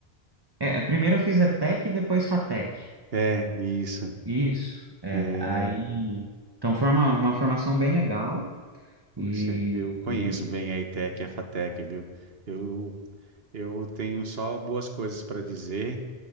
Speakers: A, on the right; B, on the right.
A: É, é, primeiro eu fiz ETEC e depois FATEC.
B: É, isso.
A: Isso, é.
B: É.
A: Aí. Então, foi uma, uma formação bem legal.
B: Puxa,
A: E,
B: eu conheço
A: e.
B: bem a ETEC e a FATEC, viu? Eu, eu tenho só boas coisas para dizer,